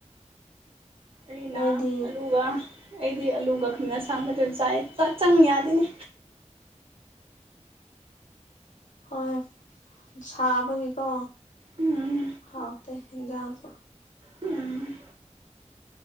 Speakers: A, on the right; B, on the left.
A: ꯑꯩꯅꯥ
B: ꯅꯣꯏꯗꯤ
A: ꯑꯂꯨꯒ ꯑꯩꯗꯤ ꯑꯂꯨꯒ ꯉꯃꯦꯟ ꯃꯁꯥꯡꯕꯗꯨ ꯆꯥꯏ ꯆꯛ ꯆꯪ ꯌꯥꯗꯦꯅꯦ꯫
B: ꯍꯣꯏ ꯁꯥꯕꯒꯤ ꯀꯣ꯫
A: ꯎꯝ
B: ꯍꯥꯎꯇꯦ ꯍꯦꯟꯖꯥꯡꯁꯨ꯫
A: ꯎꯝ